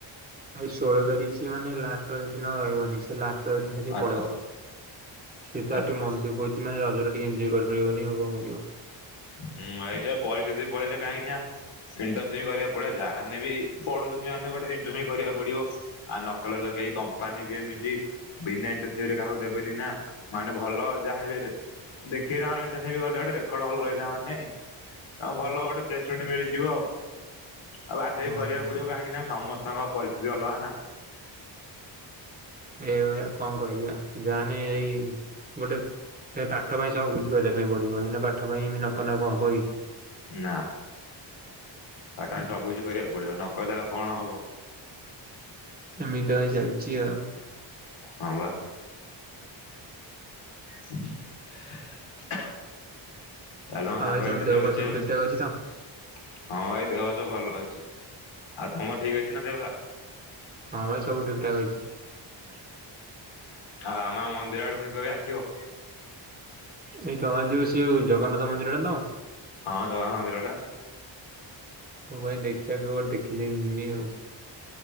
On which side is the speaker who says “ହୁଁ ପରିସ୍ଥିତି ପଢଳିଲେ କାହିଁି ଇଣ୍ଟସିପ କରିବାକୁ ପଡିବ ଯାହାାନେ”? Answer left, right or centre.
Left